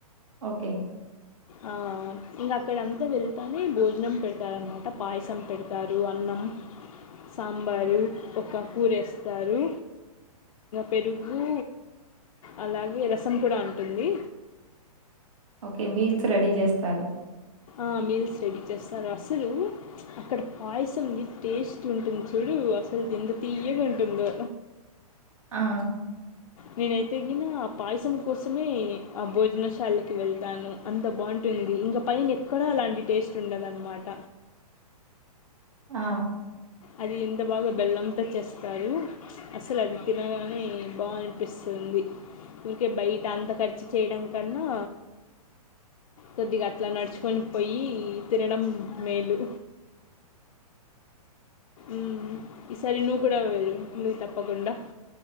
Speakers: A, on the right; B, on the left.
A: ఓకే
B: ఆ ఇంకా అక్కడంతా వెళ్తనే భోజనం పెడతారనమాట. పాయసం పెడతారు. అన్నం సాంబారు ఒక కూర ఎస్తరు. పెరుగు అలాగే రసం కూడా ఉంటుంది.
A: ఓకే మీల్స్ రెడీ చేస్తారు.
B: ఆ మీల్స్ రెడీ చేస్తారు. అసలు అక్కడ పాయసం ఉంది టేస్ట్ ఉంటుంది. చూడు అసలుది ఎంత తీయగా ఉంటుందో!
A: ఆ
B: నేనైతేగిన పాయసం కోసమే ఆ భోజనశాలకి వెళ్తాను అంత బాగుంటుంది. ఇంకా పైన ఎక్కడా అలాంటి టేస్ట్ ఉండదన్నమాట.
A: ఆ
B: అది ఎంత బాగా బెల్లంతో చేస్తారు. అసలు అది తినగానే బాగనిపిస్తుంది. ఊరికే బయట అంత ఖర్చు చేయడం కన్నా, కొద్దిగా అట్లా నడుచుకొని పోయి తినడం మేలు. ఉమ్ ఈసారి నువ్వు కూడా వెళ్ళు నువ్వు తప్పకుండా